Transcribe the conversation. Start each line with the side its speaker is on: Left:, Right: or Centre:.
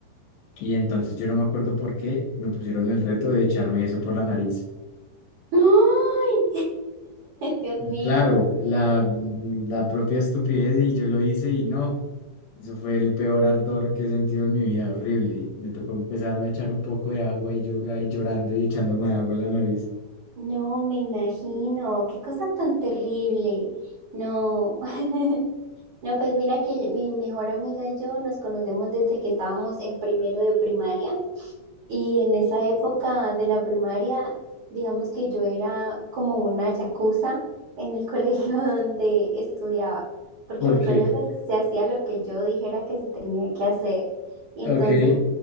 Left: Y entonces yo no me acuerdo por qué me pusieron el reto de echarme eso por la nariz.
Right: ¡Ay! <laughs> Dios
Left: Y
Right: mío.
Left: claro, la, la propia estupidez y yo lo hice y no. Eso fue el peor ardor que he sentido en mi vida, horrible. Me tocó empezarme a echar un poco de agua y yo ahí llorando y echándome agua en la nariz.
Right: No, me imagino. Qué cosa tan terrible. No. <laughs> No, pues mira que mi mejor amiga y yo nos conocemos desde que estábamos en primero de primaria. Y en esa época de la primaria, digamos que yo era como una yakuza en el <laughs> colegio donde estudiaba, porque
Left: ¿Por
Right: en el
Left: qué?
Right: colegio se, se hacía lo que yo dijera que se tenía que hacer. Y entonces
Left: Ok,